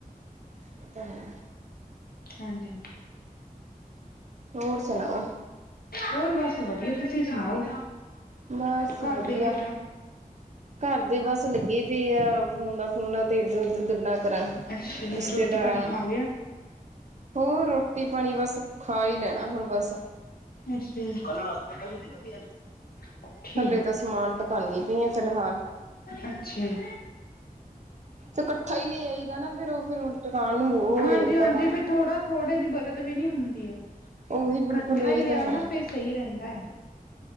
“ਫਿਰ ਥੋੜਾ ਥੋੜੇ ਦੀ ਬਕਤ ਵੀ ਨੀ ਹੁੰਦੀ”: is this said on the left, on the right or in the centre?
Left